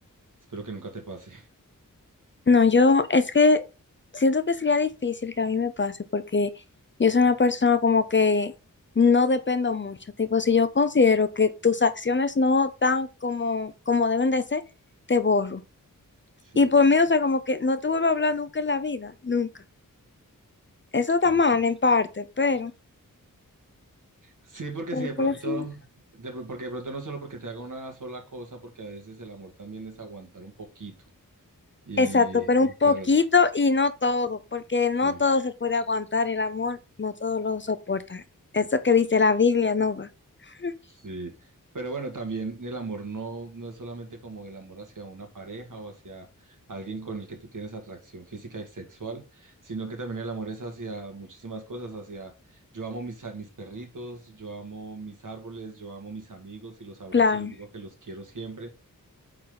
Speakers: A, on the right; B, on the left.
A: Espero que nunca te pase. <laughs>
B: No, yo es que siento que sería difícil que a mí me pase porque yo soy una persona como que no dependo mucho. Tipo, si yo considero que tus acciones no dan como, como deben de ser, te borro.
A: Sí.
B: Y por mí, o sea, como que no te vuelvo a hablar nunca en la vida, nunca. Eso está
A: Ok.
B: mal en parte, pero,
A: Sí, porque
B: pero
A: si de
B: por
A: pronto,
B: eso... no.
A: de pro- porque de pronto no solo porque te haga una sola cosa, porque a veces el amor también es aguantar un poquito y,
B: Exacto, pero un
A: y ser
B: poquito y no todo, porque
A: así.
B: no todo se puede aguantar el amor, no todo lo soporta. Eso que dice la Biblia no va. <laughs>
A: Sí, pero bueno, también el amor no, no es solamente como el amor hacia una pareja o hacia alguien con el que tú tienes atracción física y sexual, sino que también el amor es hacia muchísimas cosas, hacia yo amo mis, a- mis perritos, yo amo mis árboles, yo amo mis amigos y los abrazo
B: Claro,
A: y les digo que los quiero siempre.